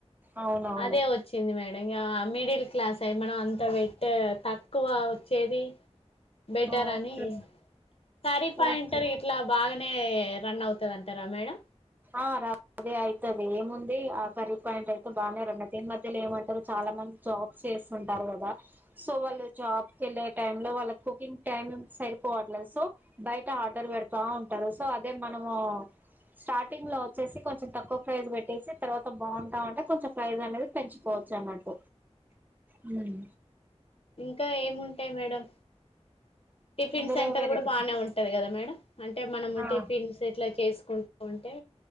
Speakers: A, on the right (about 15°); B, on the left (about 60°).
A: అవునవును
B: అదే వచ్చింది. మేడం ఇంగ మిడిల్ క్లాస్ అయి మనం అంత పెట్ తక్కువ వచ్చేది. బెటర్
A: ఆ
B: అని
A: ఓకే
B: కర్రీ పాయింట్
A: ఓకే
B: ఇట్లా బాగానే రన్ అవుతది అంటారా మేడం
A: ఆ రన్ అదే అయితది ఏముంది. ఆ కర్రీ పాయింట్ అయితే బానే రన్ ఈ మధ్యలో ఏమంటారు. చాలా మంది జాబ్ చేస్తుంటారు. కదా సో వాళ్ళు జాబ్కే వెళ్ళే టైం లో వాళ్ళ కుకింగ్ టైమ్ సెట్ సరిపోవట్లే సో బయట ఆర్డర్ పెడ్తావుంటారు. సో అదే మనము స్టార్ట్ స్టార్టింగ్ లో వచ్చేసి కొంచెం తక్కువ ప్రైజ్ పెట్టేసి తర్వాత బాగుంటా ఉంటే కొంచెం ప్రైజ్ అనేది పెంచుకోవచ్చు. అనట్టు హ్మ్
B: ఇంకా ఏముంటాయి. మేడం టిఫిన్
A: ఇందులో
B: సెంటర్
A: వెరైటీస్
B: కూడా బానే ఉంటుంది. కదా మేడం అంటే మనము
A: ఆ
B: టిఫిన్స్ ఇట్లా చేసుకుంటూ ఉంటే